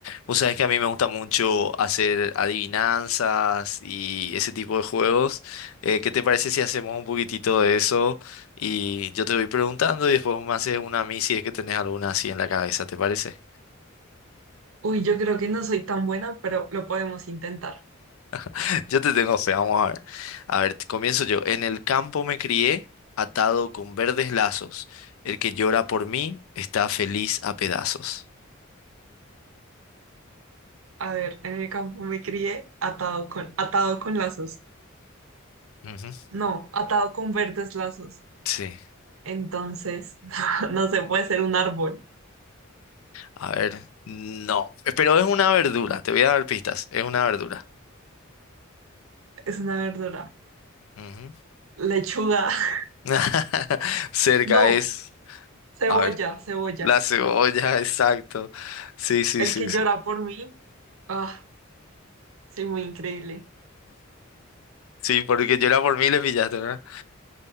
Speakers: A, on the left; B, on the right.
A: Vos sabés que a mí me gusta mucho hacer adivinanzas y ese tipo de juegos. Eh, ¿qué te parece si hacemos un poquitito de eso? Y yo te voy preguntando y después vos me haces una a mí si es que tenés alguna así en la cabeza, ¿te parece?
B: Uy, yo creo que no soy tan buena, pero lo podemos intentar.
A: <laughs> Yo te tengo fe, vamos a ver. A ver, te- comienzo yo. En el campo me crié, atado con verdes lazos. El que llora por mí está feliz a pedazos.
B: A ver, en el campo me crié atado con, atado con lazos.
A: Ujú.
B: No, atado con verdes lazos.
A: Sí.
B: Entonces, <laughs> no se puede ser un árbol.
A: A ver, no. Pero es una verdura, te voy a dar pistas. Es una verdura.
B: Es una verdura.
A: Ujú.
B: Lechuga. <laughs>
A: <laughs> Cerca
B: No,
A: es,
B: cebolla,
A: a ver,
B: cebolla.
A: la cebolla, exacto. Sí, sí,
B: El
A: sí,
B: que llora
A: sí.
B: por mí. Ah, soy muy increíble.
A: Sí, porque yo era por mí le pillaste, ¿verdad?